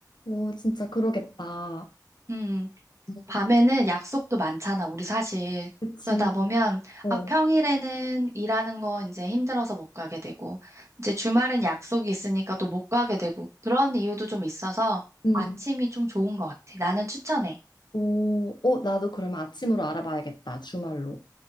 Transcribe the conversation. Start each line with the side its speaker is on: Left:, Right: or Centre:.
Left: 어, 진짜 그러겠다.
Right: 음.
Left: 어,
Right: 밤에는 약속도 많잖아, 우리 사실.
Left: 그치.
Right: 그러다 보면,
Left: 어,
Right: 아, 평일에는 일하는 거 이제 힘들어서 못 가게 되고, 이제 주말엔 약속이 있으니까 또 못 가게 되고, 그런 이유도 좀 있어서
Left: 응.
Right: 아침이 좀 좋은 것 같아. 나는 추천해.
Left: 오, 어, 나도 그러면 아침으로 알아봐야겠다, 주말로.